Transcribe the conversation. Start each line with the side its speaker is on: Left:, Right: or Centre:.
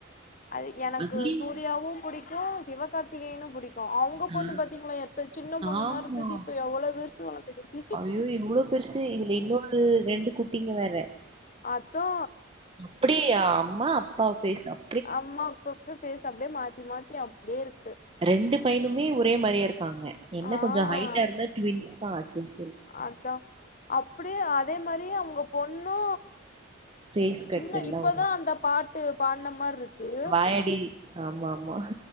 Left: அது எனக்கு
Right: அதுலயும்
Left: சூர்யாவு புடிக்கு சிவ கார்த்திகையேன்னு புடிக்கு அவுங்க
Right: ஆ
Left: பொண்ணு பாத்தீங்களா எத்த சின்ன பொண்ணு
Right: ஆமா.
Left: மாரி இருந்தது இப்ப எவ்வளவு விருசு வளந்துக்கு
Right: ஐயோ! எவ்ளோ பெருசு இதுல இன்னொரு ரெண்டு குட்டிங்க வேற
Left: அத்தோ
Right: அப்டி அம்மா அப்பா பேசாம்
Left: அம்மா அப்பப்ப பேஸ் அப்டியே மாத்தி மாத்தி அப்டியே இருக்கு
Right: ரெண்டு பையனுமே ஒரே மாரியா இருக்காங்க என்ன
Left: ஆ
Right: கொஞ்சோ ஹைட்டா இருந்தா ட்வின்ஸ் தா ஆச்சுன் செரி
Left: அதா அப்டியே அதே மாரி அவுங்க பொண்ணு
Right: ஃபேஸ் கட்
Left: சின்ன
Right: எல்லாம்
Left: இப்பதா
Right: ஒரே
Left: அந்த பாட்டு பாட்ன மாரி இருக்கு
Right: நேடி ஆமா ஆமா